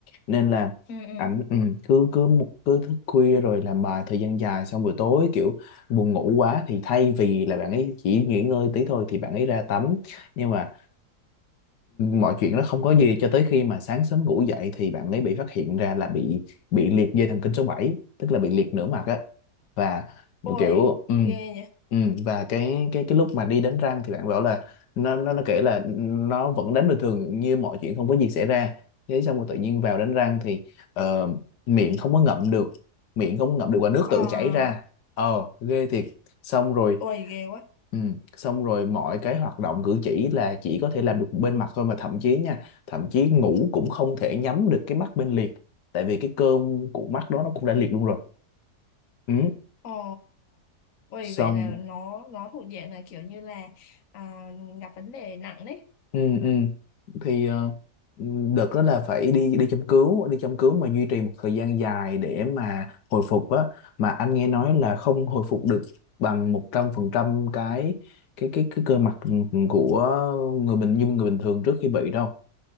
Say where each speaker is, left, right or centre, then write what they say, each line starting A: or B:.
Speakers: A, on the left (about 80°); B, on the left (about 60°).
A: nên là
B: ừ ừ
A: ảnh ừ, cứ cứ một cứ thức khuya rồi làm bài thời gian dài xong buổi tối kiểu buồn ngủ quá thì thay vì là bạn ấy chỉ nghỉ ngơi tí thôi thì bạn ấy ra tắm nhưng mà mọi chuyện nó không có gì cho tới khi mà sáng sớm ngủ dậy thì bạn ấy bị phát hiện ra là bị bị liệt dây thần kinh số bảy tức là bị liệt nửa mặt á và một
B: ôi
A: kiểu ừ,
B: ghê nhỉ
A: ừ, và cái cái cái lúc mà đi đánh răng thì bạn bảo là nó nó nó kể là nó vẫn đánh bình thường như mọi chuyện không có gì xảy ra thế xong rồi tự nhiên vào đánh răng thì ờ, miệng không có ngậm được miệng không có ngậm được và nước
B: ờ
A: tự chảy ra ờ ghê thiệt xong rồi
B: ôi ghê quá
A: Ừ. Xong rồi mọi cái hoạt động cử chỉ là chỉ có thể làm được bên mặt thôi mà thậm chí nha thậm chí ngủ cũng không thể nhắm được cái mắt bên liệt tại vì cái cơm của mắt đó nó cũng đã liệt luôn rồi ừ.
B: ồ ôi
A: xong
B: vậy là nó nó thuộc diện là kiểu như là à, gặp vấn đề nặng đấy
A: ừ, ừ. thì ờ, ừ, đợt đó là phải đi đi châm cứu đi châm cứu mà duy trì một thời gian dài để mà hồi phục á mà anh nghe nói là không hồi phục được bằng một trăm phần trăm cái cái cái cái cơ mặt ừ, của người bình như người bình thường trước khi bị đâu